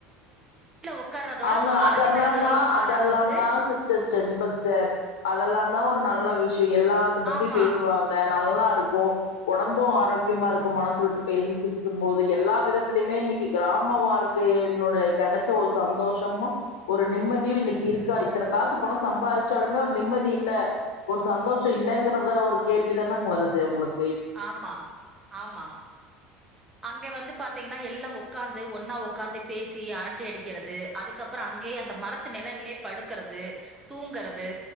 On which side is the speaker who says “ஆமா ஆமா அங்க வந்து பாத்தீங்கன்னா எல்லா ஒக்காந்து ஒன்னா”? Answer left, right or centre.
Right